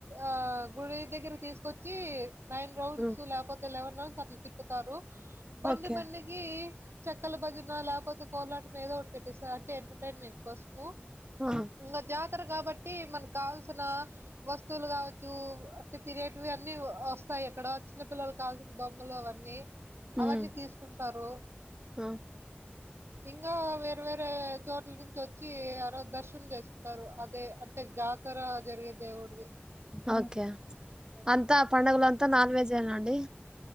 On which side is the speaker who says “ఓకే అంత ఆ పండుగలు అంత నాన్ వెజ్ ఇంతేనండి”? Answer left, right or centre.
Right